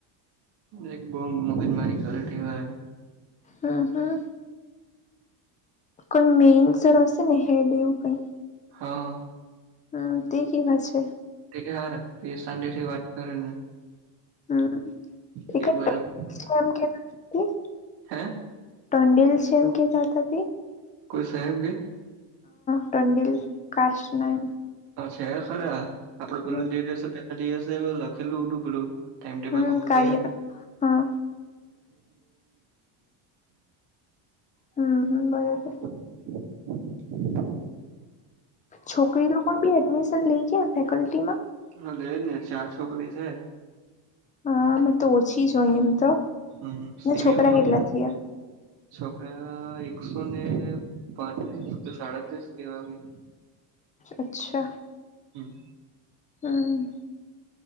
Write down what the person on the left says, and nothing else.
હા હા કોઈ મેઇન સરોરસે નને હેડેવુ, કઈ
હમ તે વા છે.
હમ
એકાદ
છે એમ કેવી હતી.
ટોન્ડીેલ છે, એમ કી દા હતા હતી.
ટંડીલ કશ ના
હમ
હમ
કાર્ય હા હમ--હમ બરાબ
છોકરી, લોકો બી એડમિશન લઈ ગયા. ફેકલ્ટીમા
હા, મે તો ઓછી જો હોય એમ તો
છોકરા કેટલા થયા.
અચ્છા
હમ